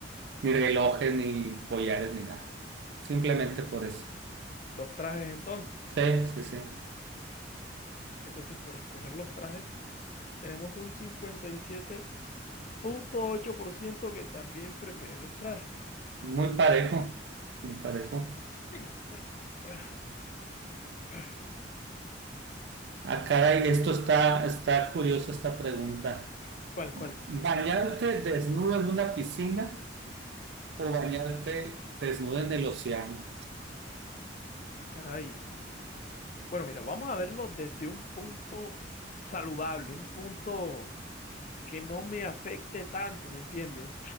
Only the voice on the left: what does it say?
Los trajes entonces.
Entonces, por escoger los trajes, tenemos un cincuenta y siete punto ocho por ciento que también prefieren los trajes.
Mm, uy. Ah, ah.
¿Cuál,
cuál?
Ah, caray. Bueno, mira, vamos a verlo desde un punto saludable, un punto que no me afecte tanto, ¿me entiendes?